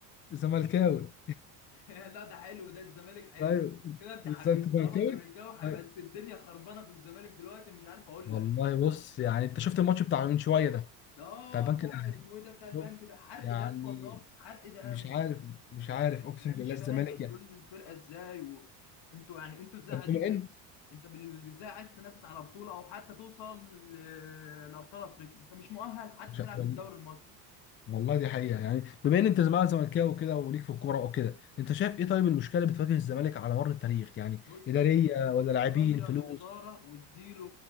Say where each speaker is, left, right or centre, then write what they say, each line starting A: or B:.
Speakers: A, on the left; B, on the left.
A: زملكاوي
B: <laughs> لا ده حلو ده الزمالك حلو
A: ايوه
B: كده انت حبيبي
A: ازاي انت زملكاوي
B: طالما زملكاوي هيبقى
A: أيوة.
B: بس الدنيا خربانه في الزمالك دلوقتي مش عارف اقول
A: والله
B: لك
A: بص يعني انت شفت الماتش بتاع من شويه ده
B: اه
A: بتاع البنك
B: بتاع
A: الاهلي
B: اسمه ايه ده بتاع البنك
A: شفت
B: ده حرق
A: يعني
B: دم والله حرق دم
A: مش عارف مش
B: يعني
A: عارف
B: ده,
A: اقسم
B: ده
A: بالله
B: مش
A: الزمالك
B: فاهم يعني
A: يعني
B: دول الفرقه ازاي و... انتوا يعني انتوا ازاي
A: طب
B: عايزين
A: بما
B: تنافسوا
A: ان
B: انت بال- ازاي عايز تنافس على بطوله او حتى توصل ل- لابطال افريقيا انت مش مؤهل حتى
A: مش-
B: تلعب في الدوري المصري
A: والله دي حقيقه يعني بما ان انت زمان زملكاوي وكده وليك في الكوره وكده انت شايف ايه طيب المشكله اللي بتواجه الزمالك على مر التاريخ يعني
B: بص
A: اداريه ولا لاعبين
B: غير
A: فلوس
B: الاداره واديله